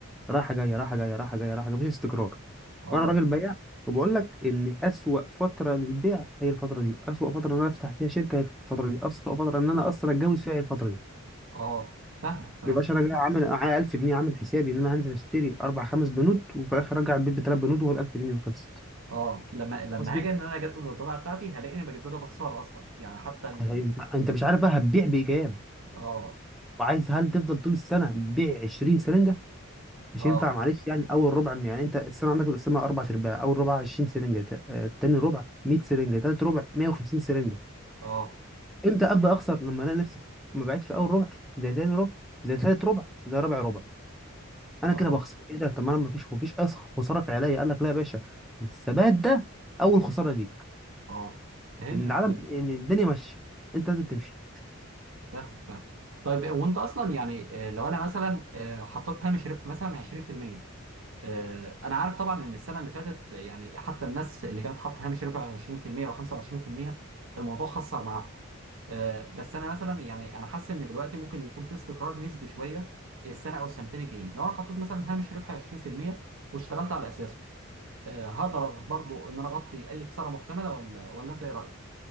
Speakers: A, in the centre; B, on the right.
A: رايحه جايه رايحه جايه رايحه جايه رايحه جايه مفيش استقرار
B: اه
A: وانا راجل بياع وبقول لك ان اسوأ فتره للبيع هي الفتره دي اسوأ فتره ان انا افتح فيها شركه هي الفتره دي اسوأ فتره ان انا اصلا اتجوز فيها هي الفتره دي
B: اه فاهمك فاهم
A: ما يبقاش انا جاي عامل معايا 1000 جنيه عامل حسابي ان انا هنزل اشتري اربع خمس بنود وفي الاخر ارجع البيت بثلاث بنود وهو ال 1000 جنيه خلصت
B: اه لما لما
A: قصدي
B: هاجي ان انا اجدد البضاعه بتاعتي هلاقيني بجددها بخساره اصلا يعني حتى ال
A: انت انت مش عارف بقى هتبيع بايجاب
B: اه
A: وعايز هل تفضل طول السنه بتبيع 20 سرنجه مش
B: اه
A: ينفع معلش يعني اول ربع يعني انت السنه عندك القسمه اربع ارباع اول ربع 20 سرنجه ت- آه، تاني ربع 100 سرنجه تالت ربع 150 سرنجه
B: اه
A: امتى ابدا اخسر لما الاقي نفسي ما بعتش في اول ربع زي تاني ربع زي تالت ربع زي رابع ربع انا
B: اه
A: كده بخسر ايه ده طب ما انا ما فيش ما فيش اصلا خساره فعليه قال لك لا يا باشا الثبات ده اول خساره ليك
B: اه فهمتك
A: لان العالم
B: فهمتك
A: ان الدنيا ماشيه انت لازم تمشي
B: فاهمك فاهم طيب وانت اصلا يعني آه، لو انا مثلا آه، حطيت هامش ربح مثلا 20% آه، انا عارف طبعا ان السنه اللي فاتت آه، يعني حتى الناس اللي كانت حاطه هامش ربح 20% او 25% الموضوع خسر معاهم آه، بس انا مثلا يعني انا حاسس ان دلوقتي ممكن يكون في استقرار نسبي شويه السنه او السنتين الجايين لو انا حطيت مثلا هامش ربح 20% واشتغلت على اساسه آه، هقدر برضو ان انا اغطي اي خساره محتمله ولا ولا انت ايه رايك؟